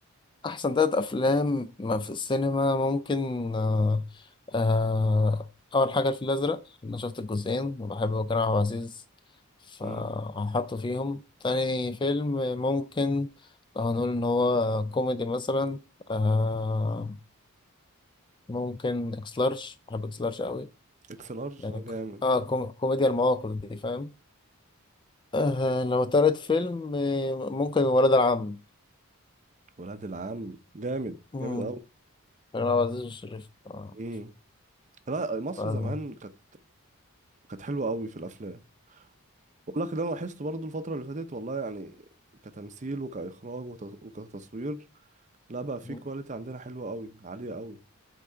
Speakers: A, on the left; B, on the right.
A: احسن تلات افلام ما في السينما ممكن آه آه اول حاجه الفيل الازرق انا شفت الجزئين وبحب كريم عبد العزيز فهحطه
B: امم
A: فيهم تاني فيلم ممكن لو هنقول ان هو كوميدي مثلا آه ممكن اكس لارج بحب اكس لارج قوي
B: اكس لارج
A: يعني
B: اه
A: ك-
B: جامد
A: اه كوم- كوميديا المواقف دي فاهم آه لو تالت فيلم آه، ممكن ولاد العم
B: ولاد العم جامد
A: مم،
B: جامد
A: كريم عبد العزيز والشريف اه
B: قوي لا مصر
A: ولاد
B: زمان
A: العم.
B: كانت كانت حلوة قوي في الأفلام بقول لك اللي أنا لاحظته برضو الفترة اللي فاتت والله يعني كتمثيل وكإخراج وت- وكتصوير لا بقى في
A: مم.
B: كواليتي عندنا حلوة قوي عالية قوي